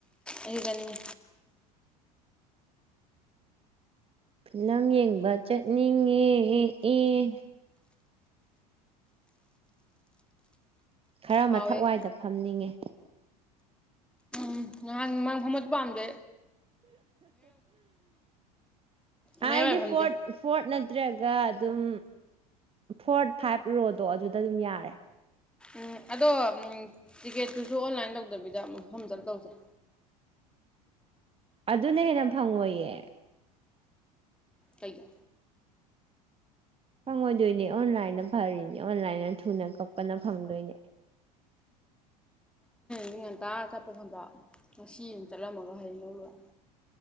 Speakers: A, in the centre; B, on the right (about 30°).
A: ꯑꯗꯨꯕꯅꯤ
B: ꯐꯤꯂꯝ ꯌꯦꯡꯕ ꯆꯠꯅꯤꯡꯉꯦ ꯑꯦ ꯑꯦ ꯈꯔ
A: ꯍꯥꯎꯋꯦ
B: ꯃꯊꯛꯋꯥꯏꯗ ꯐꯝꯅꯤꯡꯉꯦ
A: ꯎꯝ ꯉꯍꯥꯡ ꯃꯥꯡ ꯍꯃꯠ ꯄꯥꯟꯕ ꯃꯌꯥꯝ
B: ꯍꯥꯏꯗꯤ
A: ꯌꯥꯏꯐꯝꯁꯦ
B: ꯐꯣꯔꯠ ꯐꯣꯔꯠꯅ ꯅꯠꯇ꯭ꯔꯒ ꯑꯗꯨꯝ ꯐꯣꯔ ꯐꯥꯏꯚ ꯔꯣꯗꯣ ꯑꯗꯨꯗ ꯑꯗꯨꯝ ꯌꯥꯔꯦ
A: ꯎꯝ ꯑꯗꯣ ꯇꯤꯀꯦꯠꯇꯨꯁꯨ ꯑꯣꯟꯂꯥꯏꯟ ꯇꯧꯗꯕꯤꯗꯐꯝꯗꯔ ꯇꯧꯁꯩ
B: ꯑꯗꯨꯅ ꯍꯦꯟꯅ ꯐꯪꯉꯣꯏꯌꯦ
A: ꯀꯩꯒ
B: ꯐꯪꯉꯣꯏꯗꯣꯏꯅꯦ ꯑꯣꯟꯂꯥꯏꯗ ꯐꯔꯤꯅꯦ ꯑꯣꯟꯂꯥꯏꯗ ꯊꯨꯅ ꯀꯛꯄꯅ ꯐꯪꯗꯣꯏꯅꯦ
A: ꯑꯩ ꯉꯟꯇꯥ ꯆꯠꯄ ꯈꯗ ꯉꯁꯤ ꯑꯃ ꯆꯠꯂꯝꯃꯒ ꯍꯌꯦꯡ ꯂꯧꯔ